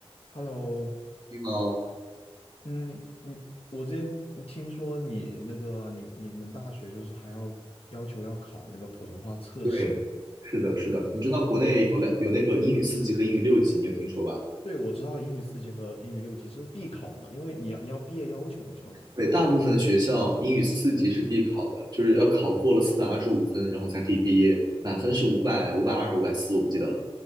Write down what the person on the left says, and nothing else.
Hello，
嗯，你我之前听说你那个你你们大学就是还要要求要考那个普通话测试，
嗯，嗯
对，我知道英语四级和英语六级这是必考的嘛，因为你要你要毕业要求嘛，相当于是。